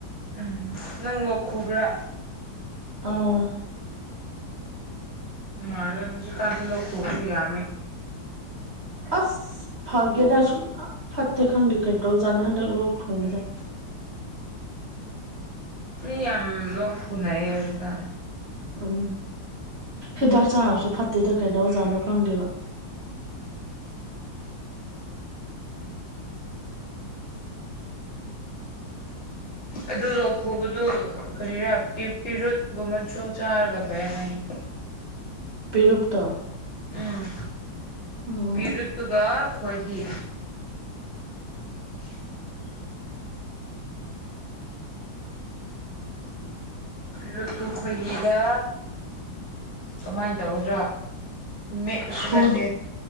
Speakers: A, on the left; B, on the right.
A: ꯎꯝ ꯅꯪ ꯂꯣꯛ ꯈꯨꯕꯔꯥ꯫
B: ꯑꯥꯝ꯫
A: ꯃꯥꯜꯂꯦ ꯍꯧꯖꯤꯛꯀꯥꯟꯁꯦ ꯂꯣꯛ ꯈꯨꯕꯁꯨ ꯌꯥꯝꯃꯤ꯫
B: ꯑꯁ ꯐꯒꯦꯔꯥ ꯁꯨꯡ ꯐ ꯐꯠꯇꯦ ꯈꯪꯗꯦ ꯀꯩꯗꯧꯖꯥꯠꯅꯣ ꯍꯟꯗꯛ ꯂꯣꯛ ꯊꯨꯡꯕꯁꯦ꯫
A: ꯃꯤ ꯌꯥꯝ ꯂꯣꯛ ꯈꯨꯨꯅꯩꯌꯦ ꯍꯧꯖꯤꯛꯀꯥꯟ꯫
B: ꯎꯝ ꯍꯤꯗꯥꯛ ꯆꯥꯔꯁꯨ ꯐꯠꯇꯦꯗ ꯀꯩꯗꯧꯔꯥ ꯖꯥꯠꯅꯣ ꯈꯪꯗꯦꯕ꯫
A: ꯑꯗꯨ ꯂꯣꯛ ꯈꯨꯕꯗꯨ ꯀꯔꯤꯔꯥ ꯄꯤ_ ꯄꯤꯔꯨꯠ ꯒꯨꯝꯕꯥꯆꯨ ꯆꯥꯔꯒ ꯐꯩ ꯍꯥꯏꯌꯦꯅꯦ꯫
B: ꯄꯤꯔꯨꯞꯇꯣ꯫
A: ꯎꯝ
B: ꯑꯣ
A: ꯄꯤꯔꯨꯠꯇꯨꯒ ꯈꯣꯍꯤ꯫ <unintelligible> ꯔꯨꯠꯇꯨ ꯈꯣꯏꯍꯤꯗ ꯀꯃꯥꯏ ꯇꯧꯒꯗꯔꯥ꯫ ꯃꯦꯠꯄꯁꯨ
B: ꯁꯨ
A: ꯅꯠꯇꯦ